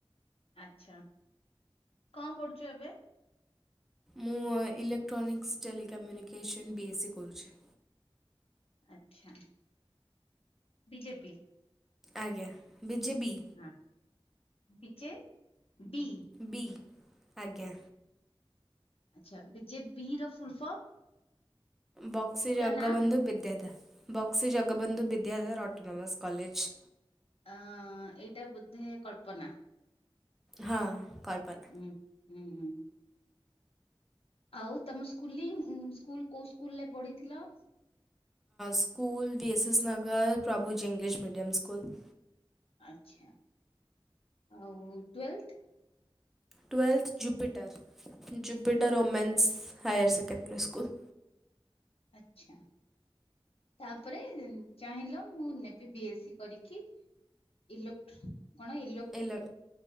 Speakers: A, on the left; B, in the centre.
A: କଣ ପଢୁଛ ଏବେ?
B: ମୁଁ electronics telecommunication B A C କରୁଛି।
A: ଆଛା ବିଜେପି।
B: ଆଜ୍ଞା ବିଜେବି।
A: ହଁ। ବି ବି।
B: ବି ଆଜ୍ଞା।
A: ଆଛା ବି ଯେ ବି ର ଫୁଲ ଫର୍ମ।
B: ବକ୍ସି
A: ପୁରା
B: ଜଗବନ୍ଧୁ
A: ନା
B: ବିଦ୍ୟାଧା ବକ୍ସି ଜଗବନ୍ଧୁ ବିଦ୍ୟାଧାର ଅଟୋନୋମସ୍ କଲେଜ୍।
A: ଆଁ ଏଇଟା ବୋଧେ କଳ୍ପନା।
B: ହଁ କଳ୍ପନ
A: ହୁଁ ହୁଁହୁଁ। ଆଉ ତମ ସ୍କୁଲିଙ୍ଗ ସ୍କୁଲ କୋଉ ସ୍କୁଲରେ ପଢିଥିଲ?
B: School B S S Nagar Prabhuji English medium school.
A: ଆଛା ଆଉ twelfth?
B: Twelfth Jupiter. Jupiter women's higher secondary school.
A: ଆଛା ତାପରେ ଚାହିଁଲ ମୁଁ ନେ ବିଏସି କରିକି ଇଲୋ କଣ ଇଲୋ
B: ଇଲୋ